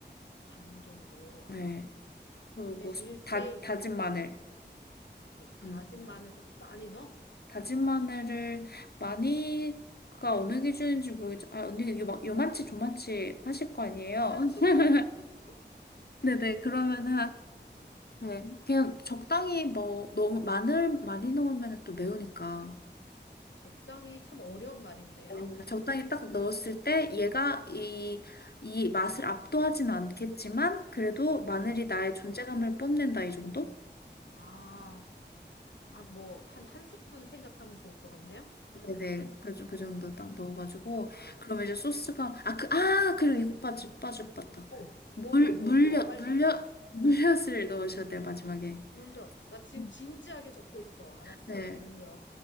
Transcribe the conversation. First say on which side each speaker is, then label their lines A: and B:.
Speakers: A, on the left; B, on the left.
A: 반 정도,
B: 네.
A: 알았어.
B: 그리고
A: 그러면
B: 수-
A: 1대1,
B: 다, 다진
A: 대일
B: 마늘.
A: 대 이렇게 다진
B: 음.
A: 마늘도 좀 많이 넣어?
B: 다진 마늘을 많이가 어느 기준인지 모르겠죠. 아, 언니, 요, 막 요만치 조만치 하실 거 아니에요?
A: 한 스푼,
B: <laughs>
A: 두 스푼?
B: 네네, 그러면은,
A: 한 스푼,
B: 한-
A: 두 스푼?
B: 네. 그냥 적당히 뭐, 너무 마늘 많이 넣으면 또 매우니까.
A: 적당히 참 어려운 말인데요.
B: 음, 적당히
A: <laughs>
B: 딱 넣었을 때 얘가 이, 이 맛을 압도하진 않겠지만 그래도 마늘이
A: 음.
B: 나의 존재감을 뽐낸다 이 정도?
A: 아, 아, 뭐, 한, 한 스푼 생각하면 좋을 것 같네요? 한
B: 네네
A: 스푼?
B: 그, 정-
A: 알았어.
B: 그 정도 딱 넣어가지고
A: 알았어.
B: 그러면 이제 소스가 아 그 아 그리고 이거 빠지
A: 어.
B: 빠지 빠다
A: 뭐,
B: 물
A: 뭐, 뭐, 뭐,
B: 물엿
A: 뭐, 빨리
B: 물엿
A: 말해봐.
B: <laughs> 물엿을 넣으셔야 돼요 마지막에
A: 물려. 나 지금
B: 음.
A: 진지하게 적고 있어. 알았어,
B: 네,
A: 물려.